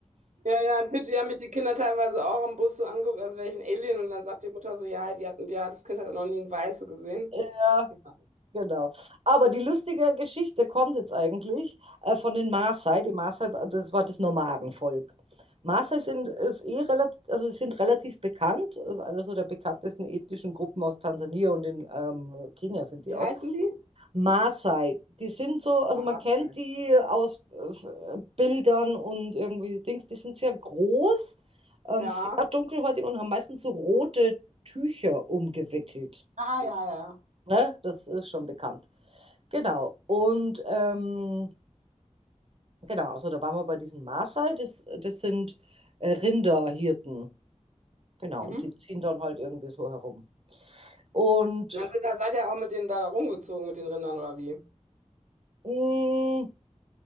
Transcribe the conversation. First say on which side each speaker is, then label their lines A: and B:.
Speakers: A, on the right (about 80°); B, on the right (about 50°).
A: Ja, ja, in Fidschi haben mich die Kinder teilweise auch im Bus so angeguckt, als wäre ich ein Alien. Und dann sagt die Mutter so, ja, die hat, die hat, das Kind hat noch nie einen Weiße gesehen.
B: <laughs> Ja,
A: Ja,
B: genau. Aber die lustige Geschichte kommt jetzt eigentlich äh, von den Maasai. Die Maasai, das war das Nomadenvolk. Maasai sind, ist eh relativ, also sie sind relativ bekannt, also einer so der bekanntesten ethnischen Gruppen aus Tansania und in ähm, Kenia sind die
A: Wie
B: auch.
A: heißen die?
B: Maasai, die sind so, also
A: Maße.
B: man kennt die aus äh, Bildern und irgendwie Dings, die sind sehr groß, ähm,
A: Ja,
B: sehr dunkelhäutig und haben meistens so rote Tücher umgewickelt.
A: Ah, ja, ja.
B: Ne? Das ist schon bekannt. Genau. Und ähm, genau, also da waren wir bei diesen Maasai, das, das sind äh, Rinderhirten. Genau,
A: Mhm.
B: und die ziehen dann halt irgendwie so herum. Und
A: Und dann sind, da- seid ihr auch mit denen da da rumgezogen, mit den Rindern oder wie?
B: mh,